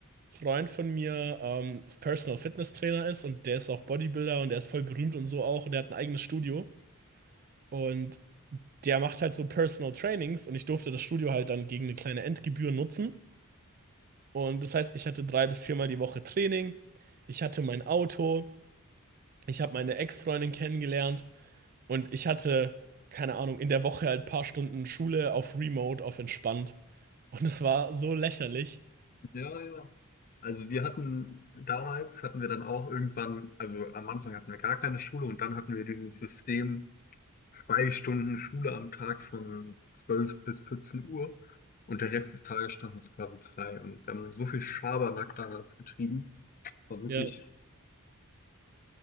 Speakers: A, on the right; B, on the left.
A: Freund von mir ähm, Personal Fitness Trainer ist und der ist auch Bodybuilder und der ist voll berühmt und so auch und der hat ein eigenes Studio und der macht halt so Personal Trainings und ich durfte das Studio halt dann gegen eine kleine Endgebühr nutzen und das heißt, ich hatte drei bis viermal die Woche Training, ich hatte mein Auto, ich habe meine Ex-Freundin kennengelernt und ich hatte, keine Ahnung, in der Woche halt ein paar Stunden Schule auf Remote, auf entspannt und es war so lächerlich.
B: Ja, ja. Also wir hatten damals hatten wir dann auch irgendwann, also am Anfang hatten wir gar keine Schule und dann hatten wir dieses System zwei Stunden Schule am Tag von zwölf bis vierzehn Uhr und der Rest des Tages stand uns quasi frei und wir haben so viel Schabernack damals getrieben, war wirklich,
A: Ja,